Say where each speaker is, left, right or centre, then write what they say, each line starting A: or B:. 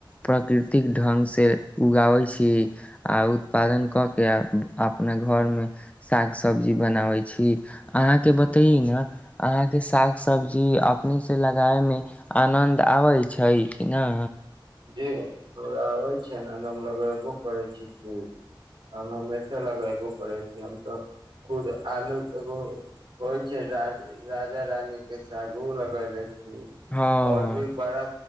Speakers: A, on the left; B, on the right.
A: प्रकृतिक ढंगसे उगाबै छीयै आ उत्पादन कऽ केऽ आ अपने घऽरमे साग सब्जी बनाबै छी। अहाँके बत्तैइ न अहाँके साग सब्जी अपनेसे लगायैमे आनन्द आबै छै। इ न
B: जी हमरा आबै छै न <unintelligible> करै छी खुब हम हमेसा लगैएबो करै छी हम तऽ खुद आलू एगो होइ छै राज राजा रानी के साग ओहो लगैले छीयै
A: हँ
B: आओर भी बड़ा